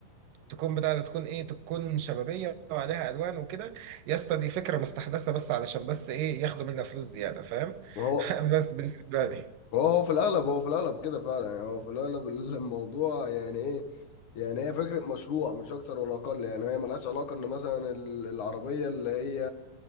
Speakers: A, on the right (about 80°); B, on the left (about 65°).
A: تكون بتاع ده تكون ايه تكون شبابيه وعليها الوان وكده يا اسطى دي فكره مستحدثه بس علشان بس ايه ياخدوا منها فلوس زياده فاهم
B: ما هو
A: <laughs> بس بالنسبه لي
B: هو هو في الاغلب هو في الاغلب كده فعلا يعني هو في الاغلب <laughs> الموضوع يعني ايه يعني هي فكره مشروع مش اكتر ولا اقل يعني هي ملهاش علاقه ان مثلا ال- العربيه اللي هي